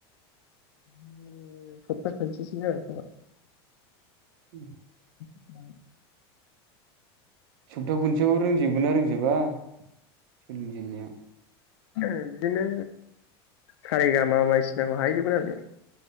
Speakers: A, on the left; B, on the right.
A: इ ओ सपता खनसेसोनि जागोन खोमा।
B: उम।
A: <inaudible>
B: सप्ता खनसेयाव रोंजोब गोना रोंजोबा सोलोंजेननाया।
A: ओ बिदिनो सारे गा मा बायदिसिनाखौ हाहैजोबगोन आरो